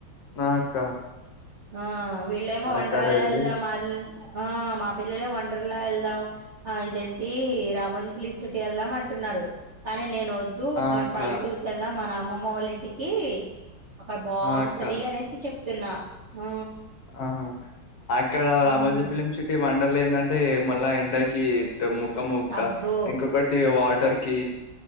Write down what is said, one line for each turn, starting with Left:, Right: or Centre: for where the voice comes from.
Left: రా అక్క
Right: ఆ వీళ్లేమో వంటరాయీల్దామా
Left: అక్కడ వెళ్ళి
Right: అది ఇది ఆ మా పిల్లలే వండర్లా వెళ్దాం ఆ ఇదేంటీ రామోజీ ఫిలిప్స్ సిటీ వెళ్దాం అంటున్నారు కానీ నేను వద్దు
Left: ఆ
Right: మన
Left: అక్క
Right: పల్లెటూరు కెళ్దాం మన మమ్మ వాళ్ళ ఇంటికి అక్కడ బావుంటది
Left: ఆ అక్క
Right: అనేసి చెప్పి ప్తున్న ఆ
Left: ఆహా ఆక్కడ రామోజీ
Right: ఉమ్
Left: ఫిలిం సిటీ మండలామ్ ట్ ఏంటంటే మళ్ళా ఎండాకి మొక్క
Right: అబ్బో
Left: ఇంకొకటి వాటర్ టర్కి